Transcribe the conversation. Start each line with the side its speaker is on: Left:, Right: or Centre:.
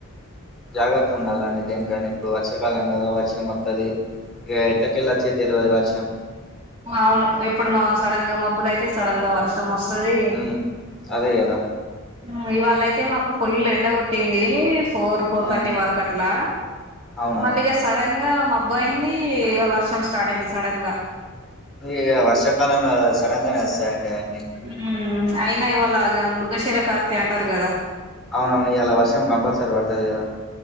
Centre: జాగ్రత్త ఉండాలండి దేనికన్నా ఇప్పుడు వర్షాకాలం కదా వర్షం అత్తది ఇగ ఎట్ల కెల్ వచ్చేది తెలువది వర్షం
Right: అవును ఎప్పుడు మా సడన్ గా మబ్బులు అయితే సడన్ గా వర్షం వస్తది.
Centre: ఉమ్ అదే కదా
Right: ఊ ఇవాళ అయితే మాకు ఫుల్ ఎండ కొట్టింది ఫోర్ ఫోర్
Centre: ఆ
Right: థర్టీ వరకు అట్లా
Centre: అవునా
Right: మళ్ళీ ఇగ సడన్ గా మబ్బు అయింది ఇగ వర్షం స్టార్ట్ అయింది సడన్ గా
Centre: ఇగ వర్షాకాలంల సడన్ గానే వస్తాయండీ ఆ
Right: ఊ అయినా ఇవాళ గా మృగశిర కార్తె అంటారు కదా
Centre: అవునవును ఇయాల వర్షం కంపల్సరీ వడ్డది కదా